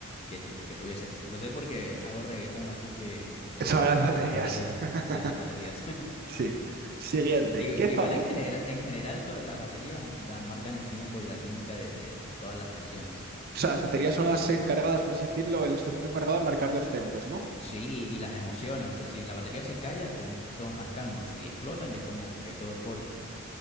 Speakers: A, on the left; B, on the right.
A: que, tu- que tuviese. Lo sé porque hago reggaetón, así que el,
B: <laughs> Son
A: re-
B: las
A: el-
B: baterías.
A: las baterías,
B: <laughs>
A: sí, las baterías.
B: Sí. Siguiente.
A: <laughs> Igu-
B: ¿Qué
A: Igual
B: famoso?
A: en general, en general todas las baterías dan- marcan el tiempo y la rítmica de, de- de todas las canciones.
B: O sea, las baterías son las encargadas, por así decirlo, el instrumento encargado de marcar los tempos, ¿no?
A: Sí, y, y las emociones, o sea, si la batería se calla, como que si todo más calmo, si explotan es como que todo eufórico.